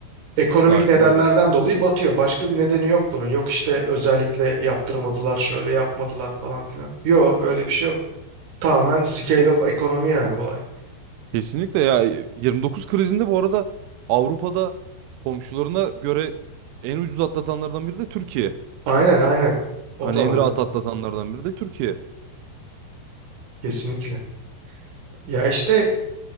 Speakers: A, on the right (about 65°); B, on the right (about 90°).
A: ekonomik
B: <laughs> Aynen
A: nedenlerden
B: öyle.
A: dolayı batıyor. Başka bir nedeni yok bunun. Yok işte özellikle yaptırmadılar şöyle yapmadılar falan filan. Yok öyle bir şey yok. Tamamen scale of ekonomi yani olay.
B: Kesinlikle ya 29 krizinde bu arada Avrupa'da komşularına göre en ucuz atlatanlardan biri de Türkiye.
A: Aynen aynen. O
B: Hani
A: da
B: en
A: var
B: rahat
A: evet.
B: atlatanlardan biri de Türkiye.
A: Kesinlikle. Ya işte